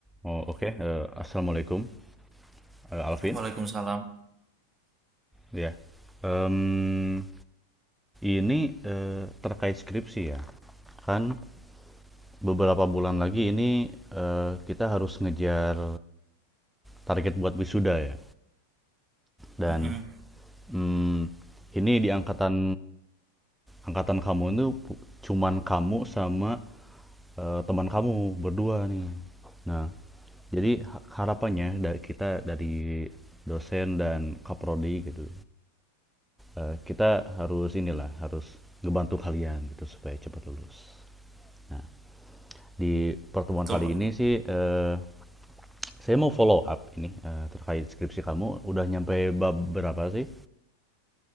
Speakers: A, in the centre; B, on the right.
A: Oh oke, Eh, assalamualaikum eh, Alvin.
B: Waalaikumsalam.
A: Ya, Em, ini eh, terkait skripsi ya. Kan beberapa bulan lagi ini eh, kita harus ngejar target buat wisuda ya. Dan
B: Mm,
A: mm, ini di angkatan angkatan kamu itu pu- cuman kamu sama eh, teman kamu berdua nih. Nah, jadi ha- harapannya dari kita dari dosen dan kaprodi gitu eee, kita harus inilah, harus ngebantu kalian gitu supaya cepat lulus. Nah, di pertemuan
B: betul,
A: kali
B: Pak.
A: ini sih, eee, saya mau follow up ini, eee, terkait skripsi kamu udah nyampe bab berapa sih?